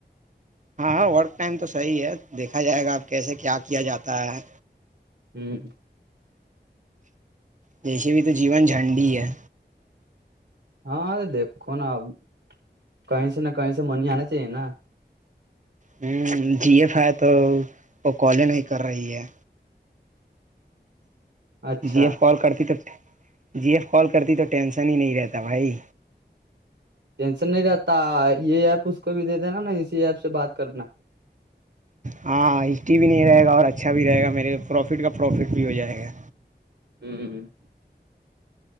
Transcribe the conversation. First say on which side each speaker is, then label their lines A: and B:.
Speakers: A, on the right (about 45°); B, on the right (about 80°).
A: ہاں ہاں ورک ٹائم تو صحیح ہے دیکھا جائے گا آپ کیسے کیا کیا جاتا ہے
B: ہوں
A: جیسے بھی تو جیون جھنڈی ہے
B: ہاں دیکھو نا اب کہیں سے نہ کہیں سے من آنا چاہیے نا
A: ہوں جی ایف آئی تو وہ کال ہی نہیں کر رہی ہے
B: اچھا
A: یہ فال کرتی ہوں جی ایف کال کرتی تو ٹینشن ہی نہیں رہتا بھائی
B: ٹینشن نہیں رہتا یہ ایپ اس کو بھی دیتے نا نا اسی ایپ سے بات کرنا
A: ہاں ہسٹری بھی نہیں رہے گا اور اچھا بھی رہے گا میرے پروفٹ کا پروفٹ بھی ہو جائے گا
B: <unintelligible>